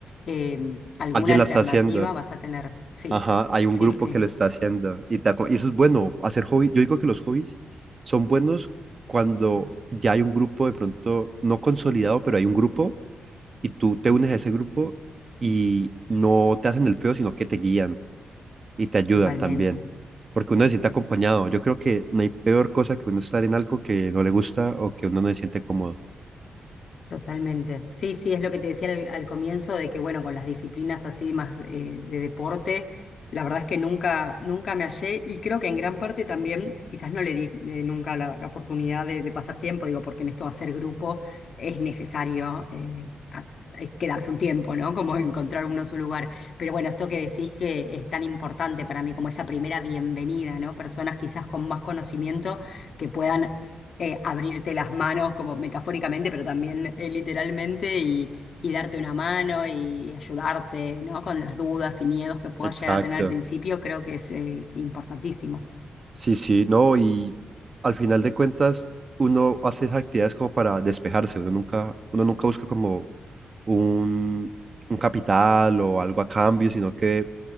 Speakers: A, on the left; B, on the right.
A: eh, alguna
B: Alguien
A: alternativa
B: la está haciendo.
A: vas a tener. Sí,
B: Ajá, hay
A: sí,
B: un grupo
A: sí,
B: que lo está haciendo. Y, te aco- y eso es bueno, hacer hobby. Yo digo que los hobbies son buenos cuando ya hay un grupo de pronto, no consolidado, pero hay un grupo y tú te unes a ese grupo y no te hacen el feo, sino que te guían y te ayudan
A: totalmente.
B: también, porque uno se siente acompañado.
A: sí.
B: Yo creo que no hay peor cosa que uno estar en algo que no le gusta o que uno no se siente cómodo.
A: Totalmente. Sí, sí, es lo que te decía al, al comienzo de que, bueno, con las disciplinas así más eh, de deporte, la verdad es que nunca, nunca me hallé y creo que en gran parte también, quizás no le di eh, nunca la, la oportunidad de, de pasar tiempo, digo, porque en esto de hacer grupo es necesario eh, a- es quedarse un tiempo, ¿no? Como <laughs> encontrar uno su lugar. Pero bueno, esto que decís que es tan importante para mí, como esa primera bienvenida, ¿no? Personas quizás con más conocimiento que puedan eh, abrirte las manos como metafóricamente, pero también eh, literalmente y, y darte una mano y ayudarte, ¿no? Con las dudas y miedos que puedas
B: Exacto.
A: llegar a tener al principio, creo que es eh, importantísimo.
B: Sí, sí, no, y al final de cuentas uno hace esas actividades como para despejarse, uno nunca, uno nunca busca como un, un capital o algo a cambio, sino que